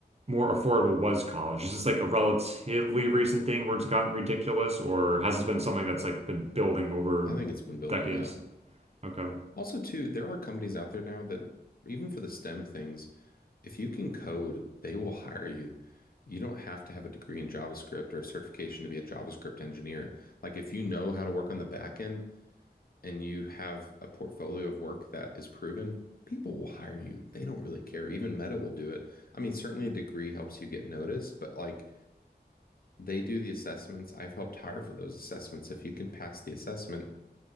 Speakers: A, on the right; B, on the left.
A: more affordable was college? Is this like a relatively recent thing where it's gotten ridiculous, or has this been something that's like been building over
B: I think it's been building
A: decades?
B: up.
A: Okay.
B: Also, too, there are companies out there now that even for the STEM things, if you can code, they will <laughs> hire you. You don't have to have a degree in JavaScript or a certification to be a JavaScript engineer. Like if you know how to work on the backend and you have a portfolio of work that is proven, people will hire you. They don't really care. Even Meta will do it. I mean, certainly a degree helps you get noticed, but like they do the assessments. I've helped hire for those assessments. If you can pass the assessment